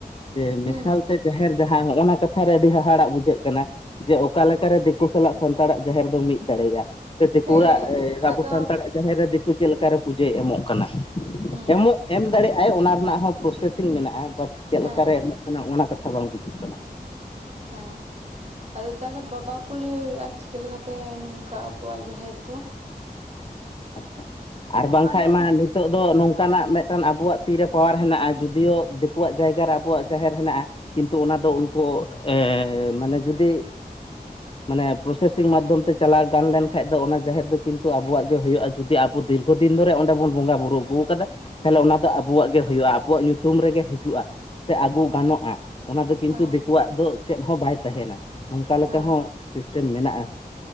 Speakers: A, on the left (about 35°); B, on the right (about 40°).
A: ᱡᱮ
B: ᱦᱩᱸ
A: ᱢᱮᱥᱟᱞ ᱛᱮ, ᱡᱟᱦᱮᱨ ᱡᱟᱦᱟᱸ ᱦᱚᱜᱼᱚᱱᱟ ᱠᱟᱛᱷᱟ ᱨᱮ ᱟᱹᱰᱤ ᱦᱟᱦᱟᱲᱟᱜ ᱵᱩᱡᱷᱟᱹᱜ ᱠᱟᱱᱟ ᱾ ᱡᱮ ᱚᱠᱟ ᱞᱮᱠᱟ ᱨᱮ ᱫᱤᱠᱩ ᱥᱟᱞᱟᱜ ᱥᱟᱱᱛᱟᱲᱟᱜ ᱡᱟᱦᱮᱨ ᱫᱚ ᱢᱤ ᱫ ᱫᱟᱲᱮᱭᱟᱜᱼᱟ ᱥᱮ ᱫᱤᱠᱩᱣᱟᱜ
B: ᱦᱮᱸ
A: ᱟᱵᱚ
B: ᱟᱫᱚ
A: ᱥᱟᱱᱛᱟᱲᱟᱜ ᱡᱟᱦᱮᱨ ᱨᱮ ᱫᱤᱠᱩ ᱪᱮᱫ ᱞᱮᱠᱟᱨᱮ ᱯᱩᱡᱟᱹᱭ ᱮᱢᱚᱜ ᱠᱟᱱᱟ ᱾
B: ᱦᱩᱸ
A: ᱮᱢᱚᱜ ᱮᱢ ᱫᱟᱲᱮᱭᱟᱜᱼᱟᱭ ᱚᱱᱟ ᱨᱮᱱᱟᱜ ᱦᱚᱸ ᱯᱨᱚᱥᱮᱥᱤᱝ ᱢᱮᱱᱟᱜᱼᱟ ᱵᱟᱴ ᱪᱮᱫ
B: ᱦᱮᱸ
A: ᱞᱮᱠᱟ ᱨᱮ ᱮᱢᱚᱜ, ᱠᱟᱱᱟ ᱚᱱᱟ ᱠᱟᱛᱷᱟ ᱵᱟᱝ ᱦᱩᱤᱡᱩᱜ ᱠᱟᱱᱟ ᱾
B: ᱦᱮᱸ ᱾ ᱟᱫᱚ ᱛᱟᱦᱚᱞᱮ ᱵᱟᱵᱟ ᱠᱩᱞᱤᱭᱮ ᱦᱩᱭᱩᱜ-ᱟ ᱪᱤᱠᱟᱹ ᱞᱮᱠᱟᱛᱮ ᱱᱚᱝᱠᱟ ᱟᱵᱚᱣᱟᱜ ᱡᱟᱦᱮᱨ ᱫᱚ
A: ᱟᱪᱪᱷᱟ ᱟᱨ ᱵᱟᱝᱠᱷᱟᱡ
B: ᱟᱫᱚ
A: ᱢᱟ ᱱᱤᱛ, ᱱᱤᱛᱚᱜ ᱫᱚ ᱱᱚᱝᱠᱟᱱᱟᱜ ᱢᱤᱫᱴᱟᱝ ᱟᱵᱚᱣᱟᱜ ᱛᱤᱨᱮ ᱯᱟᱣᱟᱨ ᱦᱮᱱᱟᱜᱼᱟ ᱡᱩᱫᱤᱭᱳ ᱫᱤᱠᱩᱣᱟᱜ ᱡᱟᱭᱜᱟ ᱨᱮ ᱟᱵᱚᱣᱟᱜ ᱡᱟᱦᱮᱨ ᱦᱮᱱᱟᱜᱼᱟ ᱾ ᱠᱤᱱᱛᱩ ᱚᱱᱟ ᱫᱚ ᱩᱱᱠᱩ ᱮ ᱢᱟᱱᱮ ᱡᱩᱫᱤ, ᱢᱟᱱᱮ ᱯᱨᱚᱥᱮᱥᱤᱝ ᱢᱟᱫᱽᱫᱷᱚᱢ ᱛᱮ ᱪᱟᱞᱟᱣ ᱜᱟᱱ ᱞᱮᱱᱠᱷᱟᱱᱡ ᱫᱚ ᱚᱱᱟ ᱡᱟᱦᱮᱨ ᱫᱚ ᱠᱤᱱᱛᱩ ᱟᱵᱚᱣᱟᱜ ᱦᱩᱭᱩᱜᱼᱟ ᱾ ᱡᱩᱫᱤ ᱟᱵᱚ ᱫᱤᱨᱜᱷᱚ ᱫᱤᱱ ᱫᱷᱚᱨᱮ ᱚᱸᱰᱮ ᱵᱚᱱ ᱵᱚᱸᱜᱟ ᱵᱩᱨᱩ ᱟᱹᱜᱩ ᱟᱠᱟᱫᱟ, ᱛᱟᱦᱚᱞᱮ ᱚᱱᱟ ᱫᱚ ᱟᱵᱚᱣᱟᱜ ᱜᱮ ᱦᱩᱭᱩᱜᱼᱟ ᱟᱵᱚᱣᱟᱜ ᱧᱩᱛᱩᱢ ᱨᱮᱜᱮ ᱦᱤᱡᱩᱜᱼᱟ ᱥᱮ ᱟᱹᱜᱩ ᱜᱟᱱᱚᱜᱼᱟ ᱾ ᱚᱱᱟ ᱫᱚ ᱠᱤᱱᱛᱩ
B: ᱦᱮᱸ
A: ᱫᱤᱠᱩᱣᱟᱜ ᱫᱚ ᱪᱮᱫ ᱦᱚᱸ ᱵᱟᱭ ᱛᱟᱦᱮᱱᱟ ᱱᱚᱝᱠᱟ ᱞᱮᱠᱟ
B: ᱦᱮᱸ
A: ᱦᱚᱸ, ᱥᱤᱥᱴᱮᱢ ᱢᱮᱱᱟᱜᱼᱟ